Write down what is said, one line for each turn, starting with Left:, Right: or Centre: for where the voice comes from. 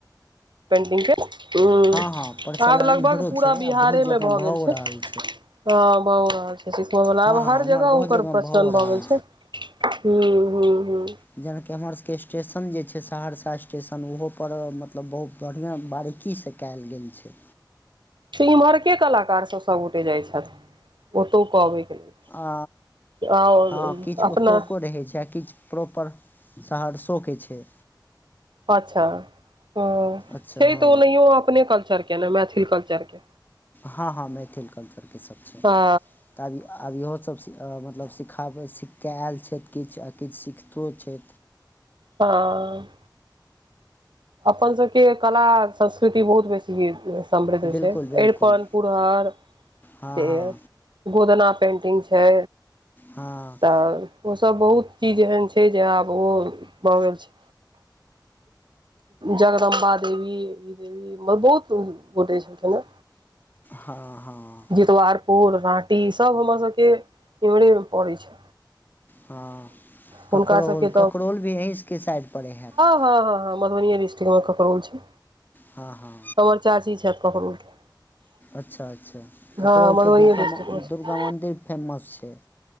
Right: पेन्टिंगके हूँ,
Left: हँ हँ प्रचलन
Right: आब लगभग
Left: इम्हरो
Right: पूरा
Left: छै
Right: बिहारेमे
Left: आ बहुत जगह
Right: भऽ
Left: भओ
Right: गेल छै।
Left: रहल
Right: हँ भऽ रहल छै, सिखबयवला
Left: हँ
Right: आब
Left: हँ
Right: हर
Left: एम्हर
Right: जगह
Left: बहुत
Right: ओकर प्रचलन
Left: भओ रहल
Right: भऽ गेल छै। हूँ-हूँ-हूँ।
Left: जेनाकि हमर सबके स्टेश स्टेशन जे छै, सहरसा स्टेशन ओहोपर मतलब बहुत बढ़िआँ बारीकीसँ कयल गेल छै।
Right: से इम्हर के कलाकार सब सबगोटे जाइ छथि ओतौ क अबै के लेल।
Left: आ
Right: आओर
Left: हँ किछु
Right: अपना
Left: ओतुको रहै छै आ किछु प्रॉपर सहरसोके छै।
Right: अच्छा हूँ
Left: अच्छा
Right: छै
Left: हँ
Right: तऽ ओनहियो अपने कल्चरके ने मैथिल कल्चरके।
Left: हँ-हँ मैथिल कल्चरके सब छै
Right: हँ
Left: तऽ आब इहो सब अ मतलब सिखाबै सीख कऽ आयल छथि किछु आ किछु सिखितो छै।
Right: हँ अपन सबके कला, संस्कृति बहुत बेस समृद्ध अछि
Left: बिलकुल
Right: अरिपन
Left: बिलकुल
Right: पुरहर से
Left: हँ हँ
Right: गोदना पेन्टिंग छै।
Left: हँ।
Right: तऽ ओसब बहुत चीज एहन छै, जे आब ओ भऽ गेल छै। जगदम्बा देवी ई देवी ब बहुत गोटे छलखिन हे।
Left: हँ हँ।
Right: जितवारपुर राँटी सब हमर घर के इमहरे मे पड़े छै।
Left: हँ
Right: हुनका
Left: ककरोल
Right: सभके
Left: ककरोल भी अहिसबके साइड पड़ै हैत?
Right: हँ-हँ-हँ मधुबनीये डस्टिक्ट मे ककरोल छै।
Left: हँ -हँ
Right: हमर चाची छथि ककरोलके
Left: अच्छा- अच्छा। ककरोल
Right: हँ मधुबनिए
Left: के दुर्गा
Right: डिस्ट्रिक्टमे
Left: म
Right: छै
Left: दुर्गा मन्दिर फेमस छै।